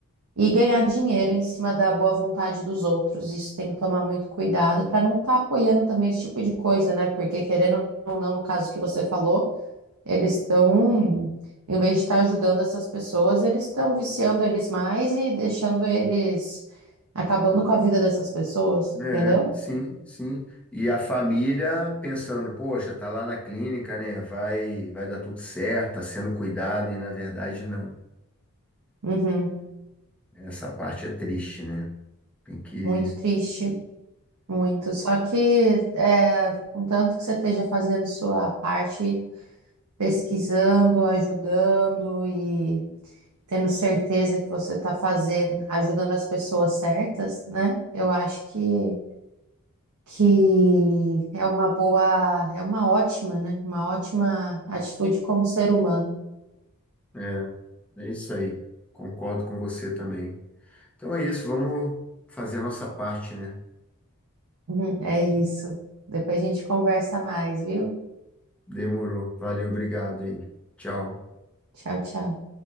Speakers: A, on the right; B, in the centre.
A: e ganhar dinheiro em cima da boa vontade dos outros. Isso tem que tomar muito cuidado para não estar apoiando também esse tipo de coisa, né? Porque, querendo ou não, no caso que você falou. Eles estão, em vez de estar ajudando essas pessoas, eles estão viciando eles mais e deixando eles acabando com a vida dessas pessoas,
B: é,
A: entendeu?
B: sim, sim. E a família pensando, poxa, tá lá na clínica, né? Vai, vai dar tudo certo, tá sendo cuidado, e na verdade não.
A: Uhum.
B: Essa parte é triste, né? Tem que.
A: Muito triste, muito. Só que, é, contanto que você esteja fazendo sua parte, pesquisando, ajudando e tendo certeza que você está fazendo, ajudando as pessoas certas, né? Eu acho que que é uma boa, é uma ótima, né? Uma ótima atitude como ser humano.
B: É, é isso aí. Concordo com você também. Então é isso, vamos fazer a nossa parte, né?
A: Uhum, É isso. Depois a gente conversa mais, viu?
B: Demorou. Valeu, obrigado aí. Tchau.
A: Tchau, tchau.